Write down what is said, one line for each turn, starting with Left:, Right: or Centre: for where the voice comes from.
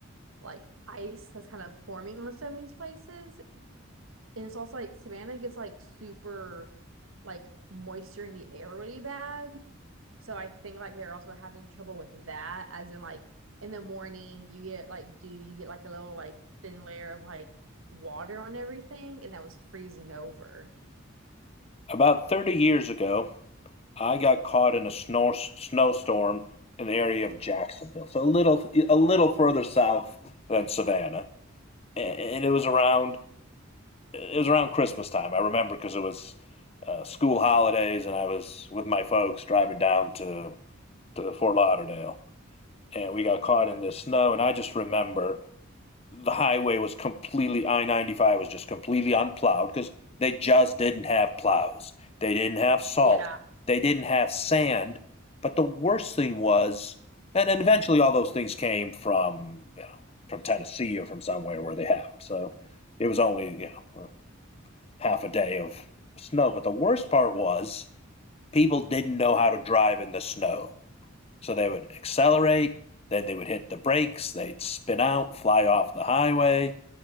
Right: like ice that's kind of forming on some of these places. And it's also like Savannah gets like super like moisture in the air really bad. So I think like they're also having trouble with that, as in like in the morning you get like dew, you get like a little like thin layer of like water on everything, and that was freezing over.
Left: About 30 years ago, I got caught in a snow snowstorm in the area of Jacksonville, so a little a little further south than Savannah, and it was around it was around Christmas time. I remember because it was uh, school holidays, and I was with my folks driving down to to Fort Lauderdale, and we got caught in this snow. And I just remember the highway was completely I ninety five was just completely unplowed because they just didn't have plows. They didn't have salt.
Right: Yeah.
Left: They didn't have sand. But the worst thing was, and, and eventually all those things came from you know, from Tennessee or from somewhere where they have them. So it was only you know half a day of snow. But the worst part was people didn't know how to drive in the snow. So they would accelerate, then they would hit the brakes, they'd spin out, fly off the highway